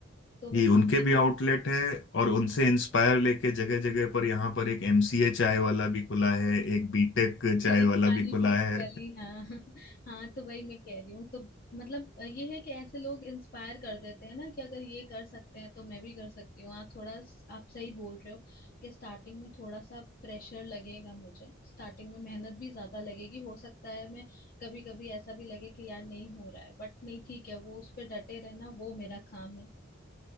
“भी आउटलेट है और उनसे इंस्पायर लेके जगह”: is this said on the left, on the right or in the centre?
Left